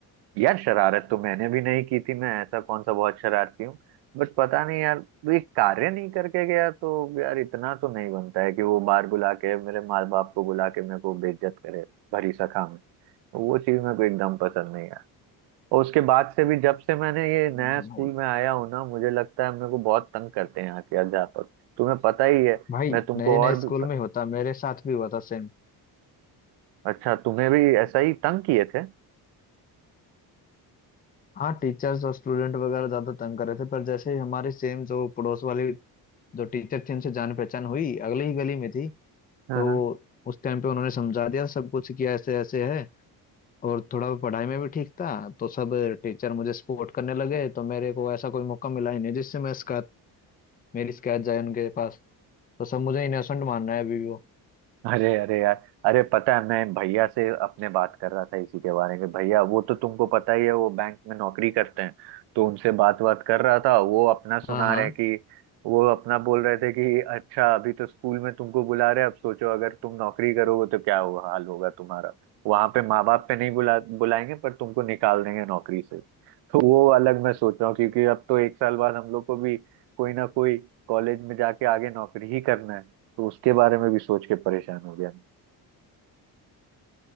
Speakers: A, on the right (about 90°); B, on the left (about 20°).
A: यार शरारत तो मैंने भी नहीं की थी मैं ऐसा कौन सा बहुत शरारती हूँ बट पता नहीं यार वो एक कार्य नहीं करके गया तो यार इतना तो नहीं बनता है कि वो बार बुला के मेरे माँ बाप को बुला के मेरे को बेइज्जत करे भरी सखा में तो वो चीज मेरे को एकदम पसंद नहीं है और उसके बाद से भी जब से मैंने ये नया
B: भाई
A: स्कूल में आया हूँ ना मुझे लगता है मेरे को बहुत तंग करते हैं यहाँ के अध्यापक तुम्हें पता ही है
B: भाई
A: मैं तुमको
B: नए
A: और
B: नए स्कूल
A: भी
B: में होता मेरे साथ भी हुआ था सेम
A: अच्छा तुम्हें भी ऐसा ही तंग किए थे
B: हाँ टीचर्स और स्टूडेंट वगैरह ज्यादा तंग कर रहे थे पर जैसे ही हमारी सेम जो पड़ोस वाली जो टीचर थी उनसे जान पहचान हुई अगली ही गली में थी
A: हाँ
B: तो उस टाइम पे उन्होंने समझा दिया सब कुछ किया ऐसे ऐसे है और थोड़ा पढ़ाई में भी ठीक था तो सब टीचर मुझे सपोर्ट करने लगे तो मेरे को ऐसा कोई मौका मिला ही नहीं जिससे मैं शिकायत मेरी शिकायत जाए उनके पास तो सब मुझे इनोसेंट मान रहा है अभी भी वो
A: अरे अरे यार अरे पता है मैं भैया से अपने बात कर रहा था इसी के बारे में भैया वो तो तुमको पता ही है वो बैंक में नौकरी करते हैं तो उनसे बात बात कर रहा था वो अपना सुना
B: हाँ हाँ
A: रहे कि वो अपना बोल रहे थे कि अच्छा अभी तो स्कूल में तुमको बुला रहे हैं, अब सोचो अगर तुम नौकरी करोगे तो क्या हुआ हाल होगा तुम्हारा वहां पे माँ बाप पे नहीं बुला बुलाएंगे पर तुमको निकाल देंगे नौकरी से तो वो अलग मैं सोच रहा हूँ क्योंकि अब तो एक साल बाद हम लोग को भी कोई ना कोई कॉलेज में जाके आगे नौकरी ही करना है तो उसके बारे में भी सोच के परेशान हो गया